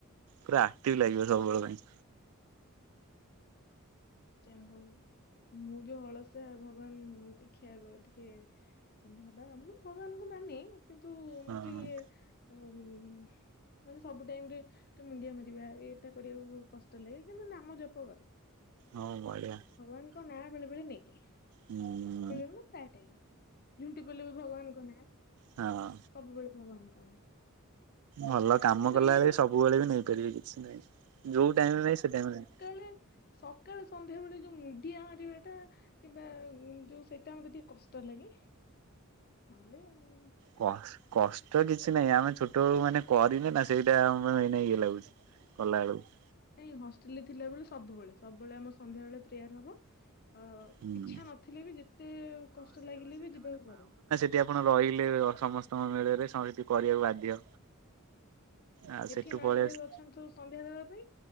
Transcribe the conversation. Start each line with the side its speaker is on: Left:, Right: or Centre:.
Right: ପୁରା ଆକ୍ଟିଭି ଲାଗିବ ସବୁବେଳ ପାଇଁ।
Left: ଯାହା ହଉ। ମୁଁ ଯୋଉ ଅଳସୁଆ ଭଗବାନ ମୁଁ ଦେଖିବା ବେଳେ ଟିକେ। ସେମିତି ହବା ମୁଁ ଭଗବାନଙ୍କୁ ମାନେ କିନ୍ତୁ
Right: ହଁ
Left: ମତେ ଇଏ ହୁ ହୁ ମାନେ ସବୁ ଟାଇମି ରେ ଟେ ମୁଣ୍ଡିଆ ମାରିବା ଏଇଟା କରିବାକୁ କଷ୍ଟ ଲାଗେ। କିନ୍ତୁ ନାମ ଜପ କରେ।
Right: ହଁ ବଢିଆ।
Left: ଭଗବାନଙ୍କ ନାଁ ବେଳେ ବେଳେ ନେଇ ଯାଏ।
Right: ଉଁ ଉଁ।
Left: ପିଳିନୁ ପ୍ରାୟ ଟାଇମି। ଝୁଣ୍ଟି ପଇଲେ ବି ଭଗବାନଙ୍କ ନାଁ।
Right: ହଁ।
Left: ସବୁବେଳେ ଭଗବାନଙ୍କର ନାଁ।
Right: ଭଲ କାମ
Left: କିନ୍ତୁ
Right: କଲାବେଳେ
Left: ଏଇଆ
Right: ବି ସବୁବେଳେ ବି ନେଇପାରିବେ କିଛି ନାହିଁ। ଯୋଉ ଟାଇମି ନାହିଁ ସେ ଟାଇମି ନାହିଁ।
Left: କାଳେ ସକାଳେ ସନ୍ଧ୍ୟାବେଳେ ଯୋଉ ମୁଣ୍ଡିଆ ମାରିବାଟା। କିମ୍ବା ଯୋଉ ସେଇଟା ମତେ ଟିକେ କଷ୍ଟ ଲାଗେ ନହେଲେ ଆଉ।
Right: କ କଷ୍ଟ କିଛି ନାହିଁ ଆମେ ଛୋଟ ବେଳୁ ମାନେ କରିନେ ନା ସେଇଟା ଆମକୁ ଏଇନା ଇଏ ଲାଗୁଛି। କଲାବେଳକୁ।
Left: ନାଇଁ ହଷ୍ଟେଲେ ରେ ଥିଲାବେଳେ ସବୁବେଳେ। ସବୁବେଳେ ଆମର ସନ୍ଧ୍ୟାବେଳେ ପ୍ରେୟାର ହବ। ଅ ଓ
Right: ହୁଁ।
Left: ଇଚ୍ଛା ନଥିଲେ ବି ଯେତେ କଷ୍ଟ ଲାଗିଲେ ବି ଯିବାକୁ ପଡ଼େ।
Right: ଯଦି ଆପଣ ରହିଲେ ସମସ୍ତଙ୍କ ମିଳରେ ସଂଙ୍ଗିତି କରିବାକୁ ବାଧ୍ୟ। ଆଉ ସେଠୁ
Left: ଏଠି ମା
Right: ପଳେଇ
Left: ଘରିକା
Right: ଆସି
Left: ବି ଅଛନ୍ତିୁ ସବୁ ସନ୍ଧ୍ୟା ଦେବା ପାଇଁ।